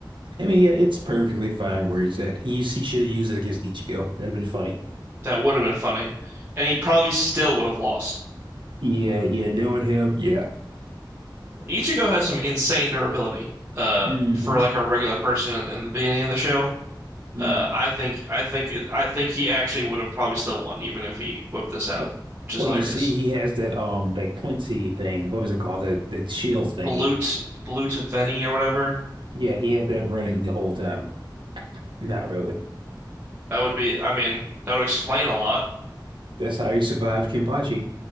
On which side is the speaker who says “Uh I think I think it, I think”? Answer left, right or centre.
Right